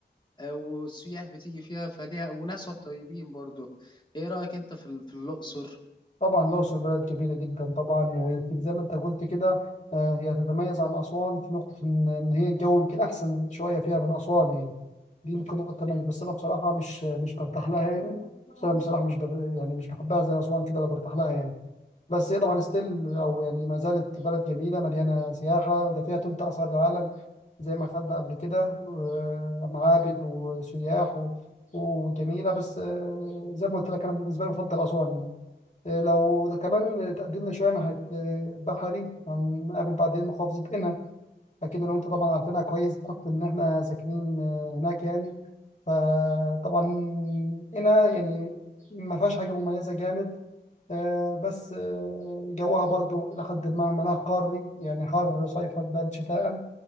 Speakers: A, on the left; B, on the left.
A: آه، والسياح بتيجي فيها فليها وناسها طيبين برضو ايه رأيك انت في ال- في الأقصر
B: طبعا الأقصر بلد كبيرة جدا طبعا ويمكن زي ما أنت قلت كده آه، هي تتميز عن أسوان في نقطة إن إن هي الجو يمكن أحسن شوية فيها من أسوان يعني دي ممكن نقطة تميز بس أنا بصراحة مش مش برتاح لها يعني بس أنا بصراحة مش بر يعني مش بحبها زي أسوان كده ولا برتاح لها يعني بس هي طبعا ستيل أو يعني ما زالت بلد جميلة مليانة سياحة وده فيها تلت آثار العالم زي ما خدنا قبل كده آه، معابد وسياح و- وجميلة بس آه، زي ما قلت لك أنا بالنسبة لي بفضل أسوان يعني إيه، لو ده كمان تقدمنا شوية ناحية إيه، بحري هنقابل بعدين محافظة قنا أكيد أنا وأنت طبعا عارفينها كويس بحكم إن إحنا ساكنين آه، هناك يعني فطبعا قنا يعني ما فيهاش حاجة مميزة جامد آه، بس آه، جوها برضو إلى حد ما مناخ قاري يعني حر صيفا بارد شتاء